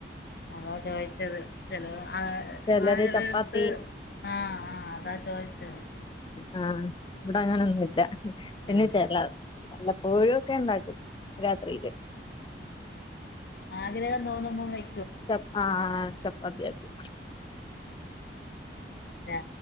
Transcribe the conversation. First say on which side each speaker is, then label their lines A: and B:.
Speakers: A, on the left (about 60°); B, on the left (about 25°).
A: അതാ ചോദിച്ചത് ചിലെ ആ
B: ചിലര്
A: ആ ചിലെടുത്ത്
B: ചപ്പാത്തി
A: ആ ആ അതാ ചോദിച്ചത്
B: ആ ഇവിട അങ്ങനൊന്നുംല്ല പിന്നെ
A: ഇല്ല
B: ചി ല്ല വല്ലപ്പോഴും ഒക്കെ ഉണ്ടാക്കും രാത്രിയില്
A: ആഗ്രഹം തോന്നുമ്പോ വയ്
B: ചപ്പ ആ ചപ്പാത്തിയാക്കും
A: ഞാ